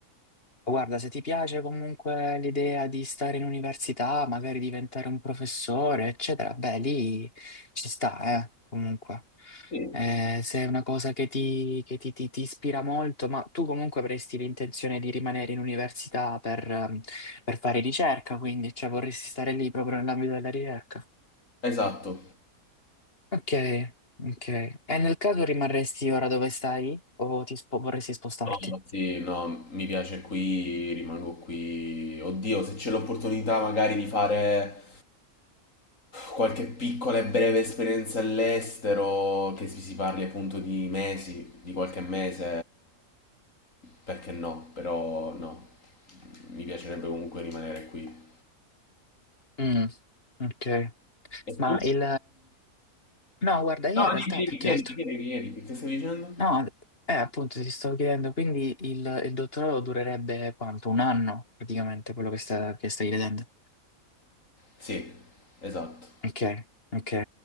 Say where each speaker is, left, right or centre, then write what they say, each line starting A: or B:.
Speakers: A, on the left; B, on the left.
A: Guarda, se ti piace comunque l'idea di stare in università, magari diventare un professore, eccetera, beh, lì ci sta, eh, comunque.
B: Sì.
A: Eh, se è una cosa che ti, che ti- ti- ti ispira molto, ma tu comunque avresti l'intenzione di rimanere in università per, ehm, per fare ricerca, quindi, cioè, vorresti stare lì proprio nell'ambito della ricerca.
B: Esatto.
A: Ok, ok. E nel caso rimarresti ora dove stai o ti spo- vorresti spostarti?
B: No, sì, no, mi piace qui, rimango qui. Oddio, se c'è l'opportunità magari di fare qualche piccola e breve esperienza all'estero, che si si parli appunto di mesi, di qualche mese, perché no? Però no, mi piacerebbe comunque rimanere qui.
A: Mm, ok.
B: E
A: Ma
B: tu?
A: il, No, guarda, io
B: No,
A: in realtà
B: dimmi, dimmi,
A: più che
B: chiedi,
A: altro...
B: chiedi, chiedi, che stavi dicendo?
A: No, eh, appunto ti stavo chiedendo, quindi il, il dottorato durerebbe quanto? Un anno, praticamente, quello che, sta- che stai vedendo?
B: Sì, esatto.
A: Ok, ok.